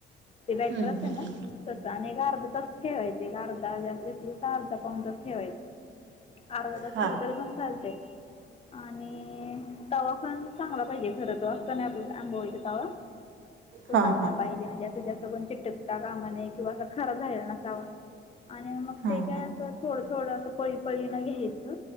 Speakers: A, on the left; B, on the right.
A: ते बॅटर
B: हम्म
A: चे
B: हम्म
A: ना तस आणि एक अर्धा तासच ठेवायचे एक अर्धा जास्त तर अर्धा पावुन तासच ठेवायच अर्धा तास
B: हा
A: ठेवल तरी पन चालतंय आणि तवा पण चांगला पाहिजे खर तो असतो ना आपला अंबोळी चा तवा तो
B: हा
A: चांगला
B: हा
A: पाहिजे म्हणजे असं जास्त कोण चिटकता कामा नये किंवा असा खराब झालेला नसावा आणि मग
B: हा
A: ते काय
B: हा
A: असं थोडं थोडं असं पळी पळीनं घ्यायचं